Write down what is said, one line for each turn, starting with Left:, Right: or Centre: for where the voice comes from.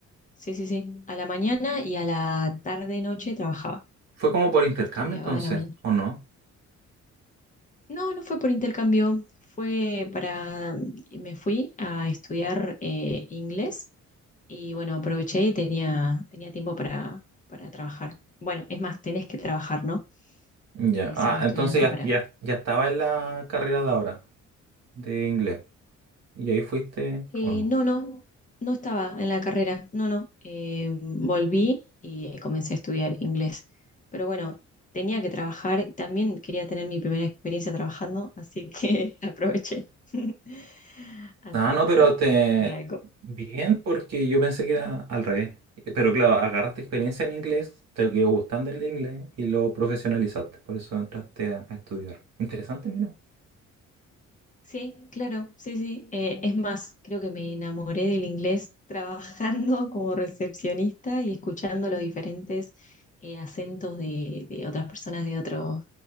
Left: Sí, sí, sí, a la mañana y a la tarde y noche trabajaba,
Right: fue como por intercambio
Left: estudiaba
Right: entonces,
Left: a la mañana.
Right: ¿o no?
Left: No, no fue por intercambio, fue para... Me fui a estudiar eh, inglés y bueno, aproveché y tenía, tenía tiempo para, para trabajar. Bueno, es más, tenés que trabajar, ¿no?
Right: Ya,
Left: Eh,
Right: ah,
Left: siendo
Right: entonces
Left: estudiante
Right: ya,
Left: para
Right: ya, ya estaba en la carrera de ahora, de inglés. ¿Y ahí fuiste
Left: Eh,
Right: o no?
Left: no, no, no estaba en la carrera, no, no. Eh, volví y eh, comencé a estudiar inglés. Pero bueno, tenía que trabajar y también quería tener mi primera experiencia trabajando, así que <laughs> aproveché <laughs> a
Right: Ah,
Left: trabajar
Right: no, pero te...
Left: de algo.
Right: Bien, porque yo pensé que era al revés. Eh, Pero claro, agarraste experiencia en inglés, te quedó gustando el inglés y lo profesionalizaste. Por eso entraste a, a estudiar. Interesante, mira.
Left: Sí, claro, sí, sí. Eh, es más, creo que me enamoré del inglés trabajando <laughs> como recepcionista y escuchando los diferentes eh, acentos de, de otras personas de otros